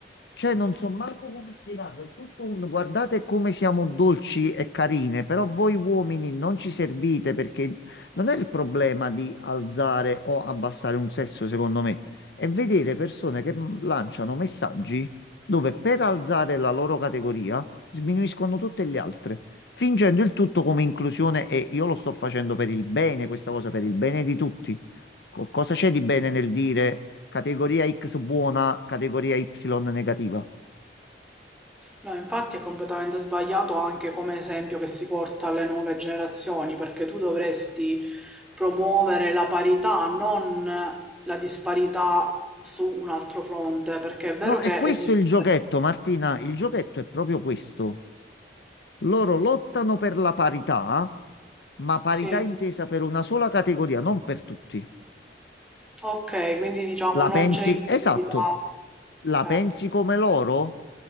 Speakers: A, on the left; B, in the centre.
A: Cioè, non so manco come spiegarlo, è tutto un guardate come siamo dolci e carine, però voi uomini non ci servite perché non è il problema di alzare o abbassare un sesso, secondo me, è vedere persone che mm, lanciano messaggi dove per alzare la loro categoria sminuiscono tutte le altre, fingendo il tutto come inclusione e io lo sto facendo per il bene, questa cosa per il bene di tutti. Co- Cosa c'è di bene nel dire? categoria X buona, categoria Y negativa.
B: No, infatti è completamente sbagliato anche come esempio che si porta alle nuove generazioni, perché tu dovresti promuovere la parità, non la disparità su un altro fronte, perché è vero
A: No, è
B: che
A: questo
B: esiste.
A: il giochetto, Martina. Il giochetto è proprio questo. Loro lottano per la parità, ma parità
B: Sì,
A: intesa per una sola categoria, non per tutti.
B: ok, quindi diciamo
A: La
B: non
A: pensi?
B: c'è inclusività.
A: Esatto. La
B: Eh,
A: pensi come loro?